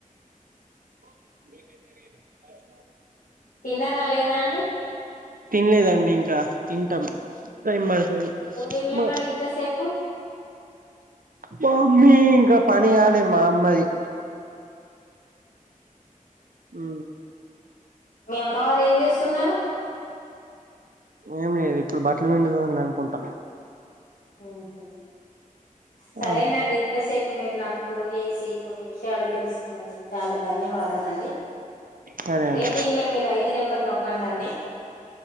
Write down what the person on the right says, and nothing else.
ఆ
తినలేదండి ఇంకా తింటాం టైం పడుతది
మా
మామ్మీ ఇంకా పనిలి మా అమ్ మది ఆ
ఏం లేదు ఇప్పుడు బట్టలు పిండుదా అని అనుకుంటా.
ఆ
సరే అండి